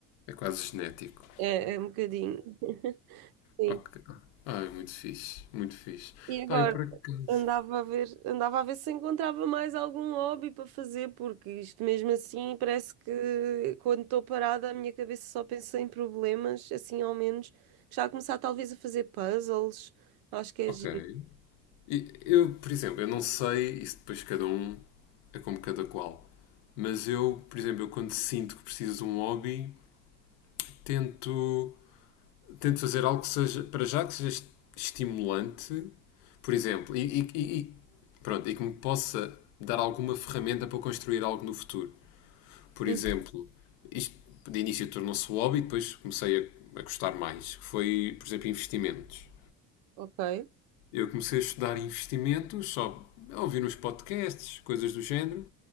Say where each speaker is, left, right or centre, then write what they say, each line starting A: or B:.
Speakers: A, on the left; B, on the right.
A: É quase genético.
B: É, é um bocadinho. <laughs> Sim.
A: Ok. Ai, muito fixe, muito fixe.
B: E agora
A: Ah, eu por acaso.
B: andava a ver, andava a ver se encontrava mais algum hobby para fazer, porque isto mesmo assim parece que quando estou parada a minha cabeça só pensa em problemas, assim ao menos. Já a começar talvez a fazer puzzles, acho que é
A: Ok.
B: giro.
A: E eu, por exemplo, eu não sei, isso depois cada um é como cada qual. Mas eu, por exemplo, eu quando sinto que preciso de um hobby, tento, tento fazer algo que seja, para já que seja estimulante, por exemplo, e, e- e- e- pronto, e que me possa dar alguma ferramenta para construir algo no futuro. Por
B: Hum,
A: exemplo, isto de início tornou-se um hobby, depois comecei a, a gostar mais, que foi, por exemplo, investimentos.
B: Ok.
A: Eu comecei a estudar investimentos, só a ouvir uns podcasts, coisas do género.